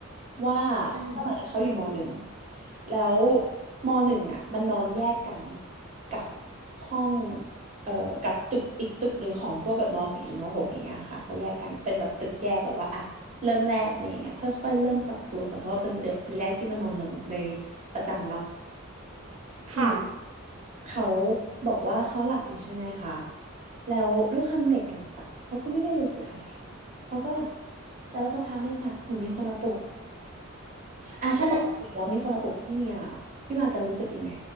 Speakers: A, on the right; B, on the right.
A: ว่า
B: อืม
A: สมัยนั้นเขาอยู่มหนึ่งแล้วมหนึ่งอะมันนอนแยกกันกับห้องเอ่อกับตึกอีกตึกหนึ่งของพวกแบบมสี่ถึงมหกอย่างเงี้ยค่ะเขาแยกกันเป็นแบบตึกแยกแบบว่าอ่ะ เริ่มแรกอะไรอย่างเงี้ยค่อยๆเริ่มปรับตัวก่อนเพราะว่าเป็นเดือนปีแรกที่มานอนหลังในประจำเนาะทีนี้
B: ค่ะ
A: เขาบอกว่าเขาหลับอยู่ใช่ไหมคะแล้วด้วยความเด็กหลับอะเขาก็ไม่ได้รู้สึกอะไรเขาก็หลับแล้วสักพักหนึงอะเหมือนมีคนมาปลุกอ่ะถ้าปกติแล้วมีคนมาปลุกพี่เมีย
B: อืม
A: พี่มาจะรู้สึกยังไง